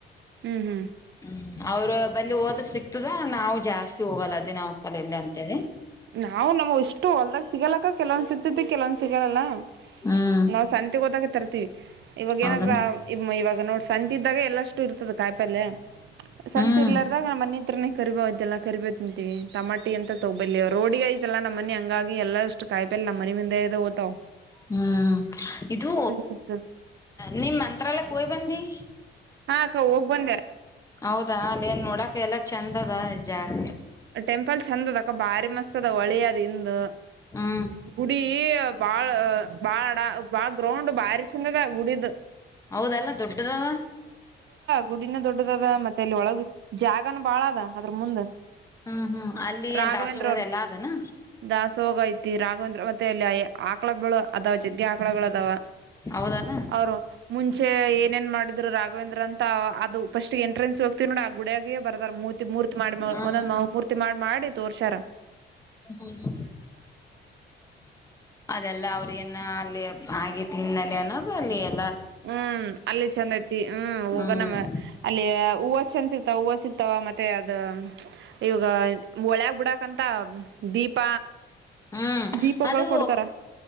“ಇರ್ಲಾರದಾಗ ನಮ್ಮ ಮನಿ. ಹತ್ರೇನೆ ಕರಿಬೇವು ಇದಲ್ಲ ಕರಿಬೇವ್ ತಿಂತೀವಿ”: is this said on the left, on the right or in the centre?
Right